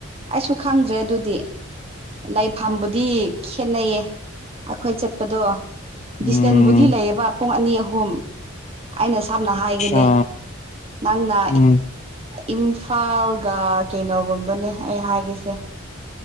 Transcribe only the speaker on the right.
ꯑꯩꯁꯨ ꯈꯪꯗ꯭ꯔꯦ ꯑꯗꯨꯗꯤ ꯂꯩꯐꯝꯥꯕꯨꯗꯤ ꯈꯦꯠꯅꯩꯌꯦ ꯑꯩꯈꯣꯏ ꯆꯠꯄꯗꯣ ꯗꯤꯁꯇꯦꯟꯕꯨꯗꯤ
ꯂꯩꯌꯦꯕ ꯄꯨꯡ ꯑꯅꯤ ꯑꯍꯨꯝ ꯑꯩꯅ ꯁꯝꯅ ꯍꯥꯏꯈꯤꯅꯦ
ꯅꯪꯅ
ꯏꯝꯐꯥꯜꯒ ꯀꯩꯅꯣꯒꯨꯝꯕꯅꯦ ꯑꯩ ꯍꯥꯏꯒꯁꯦ